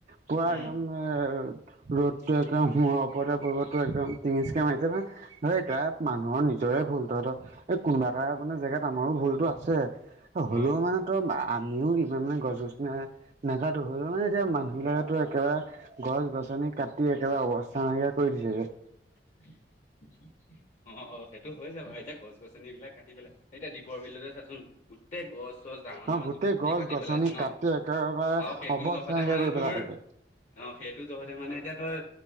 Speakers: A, on the right; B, on the left.
A: পৰা
B: উম।
A: একদম এ ৰ'দ টো একদম ওপৰতে পৰিব, তোৰ একদম তিইচন কে মাৰিব। হে দিৰেক মানুহৰ নিজৰে ভুল তুহতৰ এই কোনোবা এটা মানে জেগাত আমাৰো ভুলতো আছে হ'লেও
B: অ
A: মানে তই আমিও ইমান মানে গছ, গছিনি নোজটো হলেও মানে এতিয়া মানুহ বিলাকো একেবাৰে গছ, গছনি কাটি একেবাৰে অৱস্থা নাইকিয়া কৰি দিছে যে।
B: <inaudible> অ', অ', সেইটো হৈ চে ভাই এতিয়া গছ, গছনি বিলাক কাটি পেলাই এতিয়া দ্বীপৰ বিলতে চাচোন। গোটেই গছ, চছ ডাঙৰ
A: অ
B: ডাঙৰ
A: গোটেই
B: যিমান খিনি
A: গছ
B: কাটি
A: গছনি
B: পেলাইছে ন,
A: কাটি একেবাৰে
B: আৰু সেইটো
A: অৱস্থা
B: জহতে
A: নাইকিয়া
B: মানে
A: কৰি পেলালে।
B: তোৰ। অ', সেইটো জহতে মানে এতিয়া তই